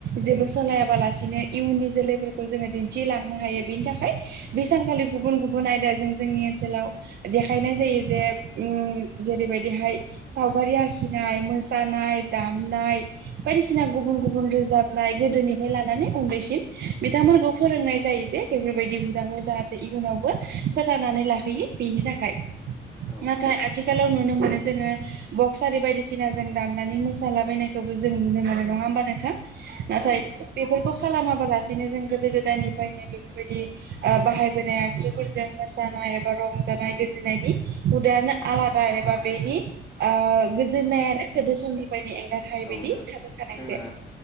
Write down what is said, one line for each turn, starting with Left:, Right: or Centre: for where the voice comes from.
Right: जेबो सलायाबा लासिनो इयुननि जोलैफोरखौ जोङो दिन्थिलांनो हायो बिनि थाखाय बे सानखालि गुबुन गुबुन आयदा जों जोंनि ओनसोलाव देखायनाय जायो जे उम जेरैबायदिहाय सावगारि आखिनाय, मोसानाय, दामनाय बायदिसिना गुबुन गुबुन रोजाबनाय गोदोनिफ्राय लानानै उन्दैसिम बिथांमोनखौ फोरोंनाय जायो जे बेफोरबायदि हुदाखौ जाहाथे इयुनावबो फोथांनानै लाखैयो बेनि थाखाय।
Left: औ नोंथां
Right: नाथाय आथिखालाव नुनो मोनो जोङो बक्स आरि बायदिसिना जों दामनानै मोसालाबायनायखौबो जों नुनो मोनो नङा होमबा नोंथां? नाथाय
Left: औ
Right: बेफोरखौ खालामाबालासिनो जों गोदो गोदायनिफ्रायनो बेफोरबायदि बाहायबोनाय आगजुफोरजों मोसानाय एबा रंजानाय गोजोननायनि हुदायानो आलादा एबा बेनि ओ गोजोननायानो गोदो समनिफ्रायनो एंगार हायोय बिदि
Left: नोंथां
Right: थाबोखानायसो
Left: जोंना